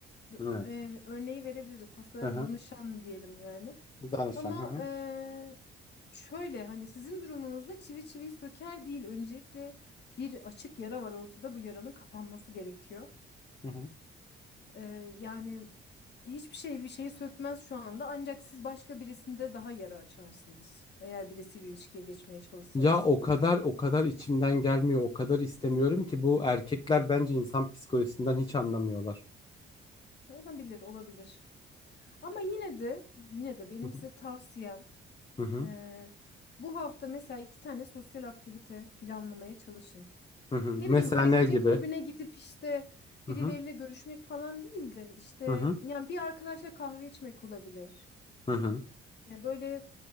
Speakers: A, on the left; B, on the left.
A: d-
B: Evet.
A: e, örneği verebiliriz. Hastalara
B: Hı hı.
A: danışan diyelim yani.
B: Danışan.
A: Ama
B: Hı hı.
A: eee, şöyle hani sizin durumunuzda çivi çiviyi söker değil. Öncelikle bir açık yara var ortada. Bu yaranın kapanması gerekiyor.
B: Hı hı.
A: Eee, yani hiçbir şey bir şeyi sökmez şu anda. Ancak siz başka birisinde daha yara açarsınız. Eğer birisiyle ilişkiye geçmeye çalışsanız.
B: Ya o kadar o kadar içimden gelmiyor, o kadar istemiyorum ki bu erkekler bence insan psikolojisinden hiç anlamıyorlar.
A: E, Olabilir, olabilir. Ama yine de yine de benim
B: Hı hı.
A: size tavsiyem
B: Hı hı.
A: eee, bu hafta mesela iki tane sosyal aktivite planlamaya çalışın.
B: Hı hı. Mesela
A: Ne bileyim böyle
B: ne
A: gece
B: gibi?
A: kulübüne gidip işte
B: Hı
A: birileriyle
B: hı.
A: görüşmek falan değil de işte
B: Hı hı.
A: yani bir arkadaşla kahve içmek olabilir.
B: Hı hı.
A: Yani böyle